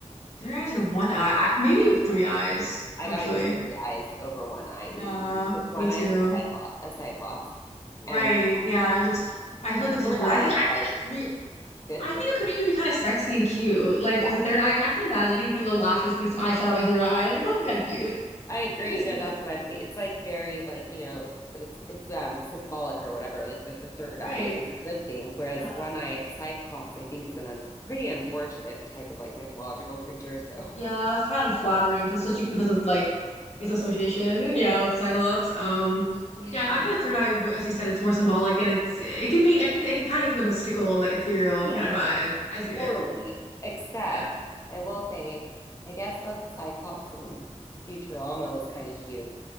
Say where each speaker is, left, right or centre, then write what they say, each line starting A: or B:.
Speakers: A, on the left (about 60°); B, on the left (about 25°).
A: Three eyes or one eye. I, maybe three eyes,
B: <laughs> I
A: actually.
B: got to go three eyes over one eye
A: Yeah,
B: easy because one
A: me too.
B: eye is a cyclops, a cyclops,
A: Right.
B: and um,
A: Yeah, it looks I feel
B: a
A: like it looks
B: third
A: really
B: eye
A: I think
B: is
A: I
B: like
A: think a three
B: a good
A: I
B: thing.
A: think it could even be kind of sexy and cute. Like
B: Yeah,
A: as a third I I could imagine, you know, putting little lashes, putting some eyeshadow on my third eye. Like I thought it'd be kind of cute.
B: I agree.
A: I could see
B: No,
A: it.
B: that's what I'm thinking. It's like very like, you know, it's it's um symbolic or whatever. Like the, the third eye
A: Right.
B: is a good thing, whereas
A: Yeah.
B: one eye, a cyclops, I think is an un pretty unfortunate type of like mythological creature. So
A: Yeah, it's kind of unflattering because just because of like its association, yeah, with Cyclops. Um
B: yeah,
A: yeah, I think the third eye, as you said, it's more symbolic and it's it can be I can it can kind of give like a mystical, like ethereal
B: yeah,
A: kind of vibe. I see it.
B: totally. Except
A: Yeah.
B: I will say, I guess the cyclops in Futurama was kind of cute.